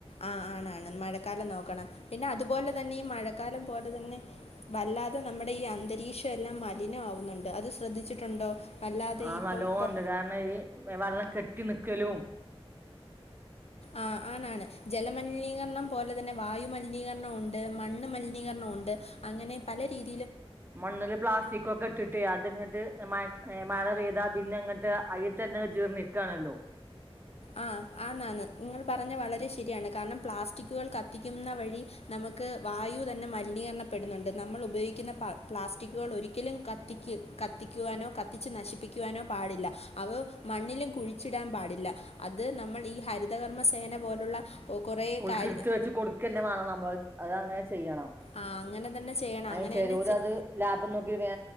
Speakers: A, on the left; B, on the right.
A: ആ ആണ് ആണ് മഴക്കാലം നോക്കണം പിന്നെ അതുപോലെ തന്നെ ഈ മഴക്കാലം പോലെ തന്നെ വല്ലാതെ നമ്മുടെ ഈ അന്തരീക്ഷം എല്ലാം മലിനമാവുന്നുണ്ട് അത് ശ്രദ്ധിച്ചിട്ടുണ്ടോ വല്ലാതെ
B: ആ
A: ഇപ്പം
B: നല്ലോണം
A: പൊ
B: ണ്ട് കാരണം ഈ വെള്ളം കെട് ട്ടി നിക്കലും
A: ആ ആണാണ് ജലമലിനീകരണം പോലെ തന്നെ വായു മലിനീകരണം ഒണ്ട് മണ്ണ് മലിനീകരണം ഒണ്ട് അങ്ങനെ പല രീതി
B: മണ്ണില് പ്ലാസ്റ്റിക്കൊക്കെ ഇട്ടിട്ട് അതിങ്ങട്ട് <unintelligible> ഏ മഴ പെയ്താ പിന്നെ അങ്ങട്ട് അയിത്തന്നെ ജ്ജ് നിക്കാണല്ലോ
A: ആ ആന്നാന്ന് നിങ്ങൾ പറഞ്ഞ വളരെ ശരിയാണ് കാരണം പ്ലാസ്റ്റിക്കുകൾ കത്തിക്കുന്ന വഴി നമുക്ക് വായു തന്നെ മലിനീകരണപ്പെടുന്നുണ്ട് നമ്മൾ ഉപയോഗിക്കുന്ന പ പ്ലാസ്റ്റിക്കുകൾ ഒരിക്കലും കത്തിക്ക കത്തിക്കുവാനോ കത്തിച്ച് നശിപ്പിക്കുവാനോ പാടില്ല അവ മണ്ണിലും കുഴിച്ചിടാൻ പാടില്ല അത് നമ്മൾ ഈ ഹരിതകർമ്മ സേന പോലുള്ള ഒ- കുറേ
B: ഓൾക്ക്
A: കാര്യ
B: എടുത്ത് വെച്ച് കൊടുക്ക തന്നെ വേണം നമ്മള് അതങ്ങനെ ചെയ്യണം
A: ആ അങ്ങനെ തന്നെ ചെയ്യണം
B: അതിന്
A: അങ്ങനെ
B: ചെലവര്
A: തന്നെ ചെ-
B: അത് ലാഭം നോക്കി വേ